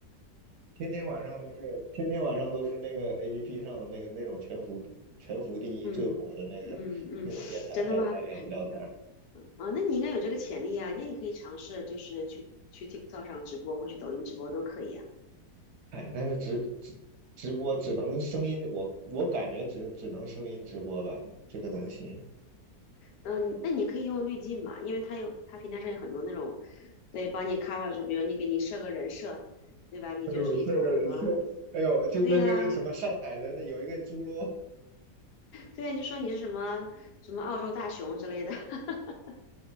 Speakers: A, on the right (about 85°); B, on the left (about 75°).
A: 天天晚上都是天天晚上都是那个 APP 上那个那种全服全服第一最火的那个那种电台，
B: 嗯嗯嗯，<laughs> 真的吗？
A: 大家来聊聊天。
B: 啊，那你应该有这个潜力啊，那你可以尝试就是去去 TikTok 上直播或去抖音直播都可以啊。
A: 哎，但是直直直播只能声音，我我感觉只只能声音直播吧，这个东西。
B: 嗯，那你可以用滤镜嘛，因为它有它平台上有很多那种，对，帮你 cover 住，比如你给你设个人设，对吧？你就是一头什么，
A: 哎呦，是个人设，哎呦，就跟那个什么上海的那有一个猪猡，
B: 对呀、对呀、你就说你是什么什么澳洲大熊之类的，<laughs>